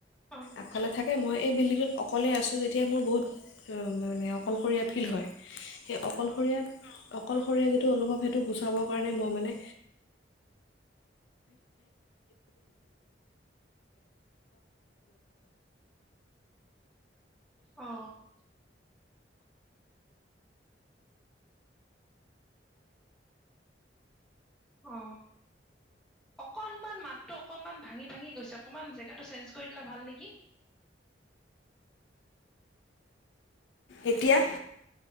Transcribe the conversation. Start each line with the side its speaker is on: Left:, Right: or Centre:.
Centre: অ
Left: আগফালে থাকে মই। এই বিল্ডিংটোত অকলে আছো, তেতিয়া মোৰ বহুত। মানে, অকলশৰীয়া ফিল হয়। সেই অকলশৰীয়া, অকলশৰীয়া যিটো অনুভৱ সেইটো গুচাবৰ কাৰণে ম মানে।
Centre: অ। অ অকনমান মাতটো, অকনমান ভাঙি-ভাঙি গৈছে অকমান জেগাটো চেঞ্জ কৰি দিলে ভাল নেকি?
Left: এতিয়া?